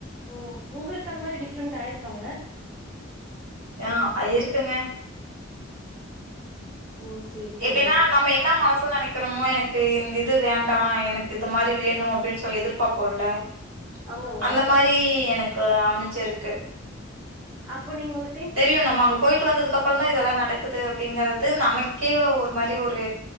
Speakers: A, in the centre; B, on the right.
A: ஓ உங்களுக்கு அந்த மாதிரி டிஃப்ரெண்ட் ஆயிருக்காங்க
B: ஆ அது இருக்குங்க
A: ஓ சேரி
B: எப்டினா
A: சேரிங்க
B: நம் ம்ம என மனசுல நெனைக்கிறோமோ எனக்கு இந்த இது வேண்டா எனக் இது மாரி வேணோ அப்டின் சொல்லி எதிர்பாப்போல
A: ஆமாங்க
B: அந்த மாறி எனக் கு அமச்சருக்கு
A: அப்போ நீங்க வந்து
B: தெரியோ நம்ம அங்க போயிட்டு வந்ததுக்கப்புறோ தா இதெல்லா நடக்குது அப்டிங்கறது நமக்கே ஒரு மாரி ஒரு